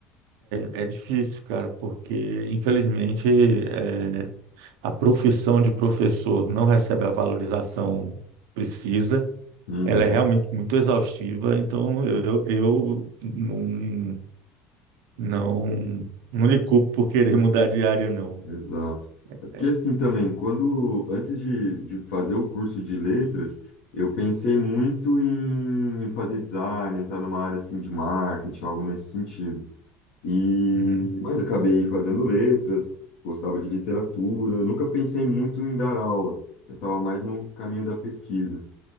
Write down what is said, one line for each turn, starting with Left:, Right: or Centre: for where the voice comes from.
Right: É, é difícil, cara, porque infelizmente é, a profissão de professor não recebe a valorização precisa.
Left: Uhum.
Right: Ela é realmente muito exaustiva, então eu, eu não, não, não lhe culpo por querer <laughs> mudar de área, não.
Left: Exato. É porque
Right: É,
Left: assim também, quando antes de, de fazer o curso de letras, eu pensei muito em em fazer design, entrar numa área assim de marketing, algo nesse sentido. E
Right: Uhum.
Left: mas acabei fazendo letras, gostava de literatura, nunca pensei muito em dar aula. Pensava mais no caminho da pesquisa.